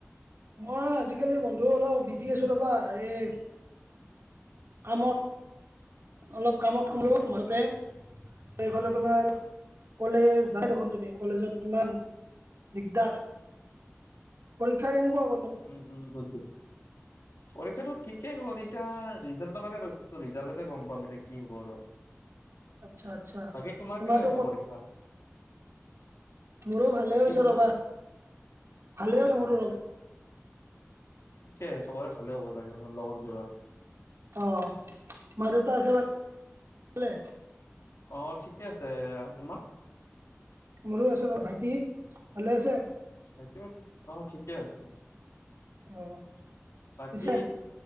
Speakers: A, on the right; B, on the left.
A: মই আজিকালি বন্ধু অলপ বিজি আছো ৰবা এই কামত অলপ কামত সোমালোঁ মাজতে সেইফালে তোমাৰ কলেজ যাই দেখোন তুমি কলেজত কিমান দিগদাৰ পৰীক্ষা কেনেকুৱা হ'ল
B: উম উম বুজিলো পৰীক্ষাটো ঠিকেই হ'ল এতিয়া ৰিজাল্টৰ কাৰণে ৰখিছো ৰিজাল্টতে গম পাম এতিয়া কি হ'ব আৰু
A: আচ্ছা আচ্ছা
B: বাকী তোমাৰ
A: তোমাৰতো
B: কেনে হৈছে
A: ক-
B: পৰীক্ষা
A: মোৰো ভালে হৈছে
B: কি ক'লা?
A: ৰবা ভালে
B: অ',
A: হল
B: অ',
A: মোৰো ৰবা
B: ঠিকে চবৰে ভালে হ'ব লাগে আমাৰ লগৰবোৰৰ।
A: অ' মা-দেউতা আছে ভালে?
B: অ' ঠিকে আছে তোমাৰ?
A: মোৰো আছে, ৰ ভাইটি ভালে আছে?
B: ভাইটি অ' ঠিকে আছে।
A: অ'
B: বাকী
A: পিছে